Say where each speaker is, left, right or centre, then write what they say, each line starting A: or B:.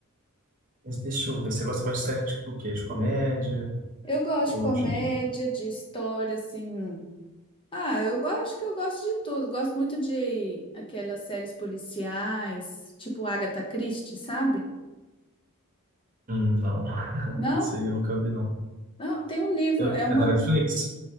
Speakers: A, on the right; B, on the left.
A: mas deixa eu ver, você gosta mais de série tipo o quê? De comédia?
B: Eu gosto
A: Ou
B: de comédia,
A: de.
B: de história, assim. Ah, eu gosto que eu gosto de tudo. Gosto muito de aquelas séries policiais, tipo Agatha Christie, sabe?
A: Hum, não, <laughs>
B: Não,
A: isso aí eu nunca vi, não.
B: não, tem um livro,
A: Eu-
B: é uma
A: É da Netflix?